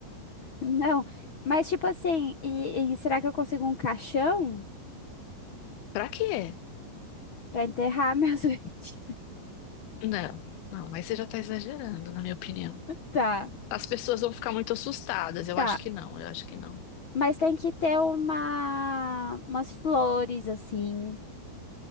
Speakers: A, on the left; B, on the left.
A: <laughs> Não, mas tipo assim, e, e será que eu consigo um caixão
B: Pra quê?
A: pra enterrar meus <laughs> vídeos?
B: Não, não, aí você já tá exagerando, na minha opinião.
A: Tá,
B: As pessoas vão ficar muito assustadas, eu
A: tá.
B: acho que não, eu acho que não.
A: Mas tem que ter uma, umas flores assim,